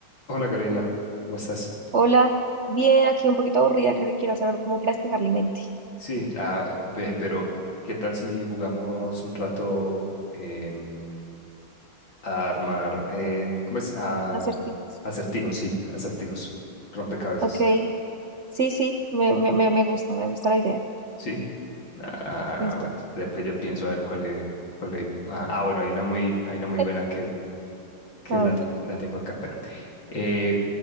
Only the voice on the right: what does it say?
Hola, bien, aquí un poquito aburrida, creo que quiero hacer algo como para despejar la mente.
Acertijos.
Ok, sí, sí, me, me, me, me gusta, me gusta la idea.
Listo.
Eh,
A ver,